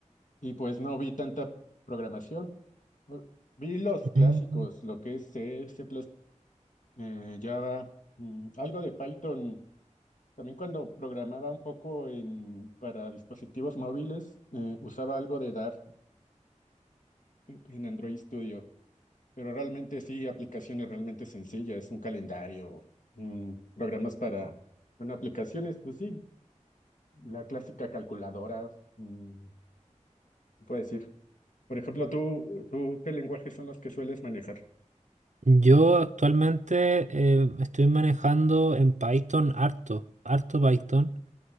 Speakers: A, on the left (about 80°); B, on the right (about 70°).
A: Y pues no vi tanta programación. O- Vi los clásicos,
B: Mm.
A: lo que es C, C++, eh, Java, mm, algo de Python. También cuando programaba un poco en, para dispositivos móviles, eh, usaba algo de Dart en en Android Studio. Pero realmente sí, aplicaciones realmente sencillas, un calendario, mm, programas para, bueno, aplicaciones, pues sí, la clásica calculadora, mm, puede decir. Por ejemplo, ¿tú, tú qué lenguajes son los que sueles manejar?
B: Yo actualmente eh, estoy manejando en Python harto, harto Python.